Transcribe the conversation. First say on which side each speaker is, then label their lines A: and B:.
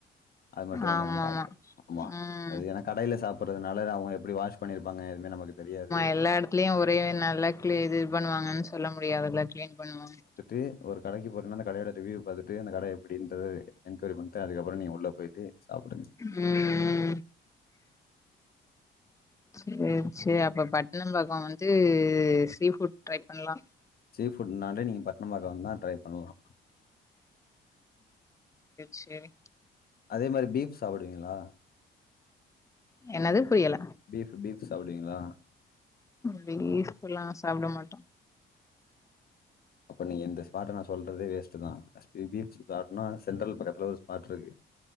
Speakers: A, on the left (about 50°); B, on the left (about 15°).
A: அது மட்டு கொஞ்ஜோ
B: ஆமாமா
A: நம்ம பாத்து ஆமா
B: ம்
A: அது ஏனா கடைல சாப்புட்றதுனால அவங்க எப்டி வாஷ் பண்ணிருப்பாங்க எதுமே நமக்கு தெரியாது
B: எல்லா எடத்துலயு ஒரே நல்ல க்ளி இது பண்ணுவாங்கன் சொல்ல முடியாதுலா க்ளீன் பண்ணுவாங்
A: டு ஒரு கடைக்கு போரனா அந்த கடயோட ரிவ்யூ பாத்துட்டு அந்த கட எப்டின்டு என்கொயரி பண்ட்டு அதுகப்றோ நீங்க உள்ள பொய்ட்டு சாப்டுங்க
B: உம் உம் சேரி சே அப்ப பட்னம்பாக்கொ வந்து சீ ஃபுட் ட்ரை பண்லா
A: சீ ஃபுட்னாலே நீங்க பட்னம்பாக்கொ வந்தா ட்ரை பண்லா
B: செரி
A: அதே மாரி பீஃப் சாப்புடுவிங்களா
B: என்னது புரியல
A: பீஃப்பு பீஃப் சாப்புடுவிங்களா
B: பீஃப்புலா சாப்ட மாட்டோ
A: அப்ப நீங்க இந்த ஸ்பாட்ட நா சொல்றதே வேஸ் டுதா ஸ்பி பீஃப் பாட்னா சென்ட்ரல் பக்கதுல ஒரு ஸ்பாட் இருக்கு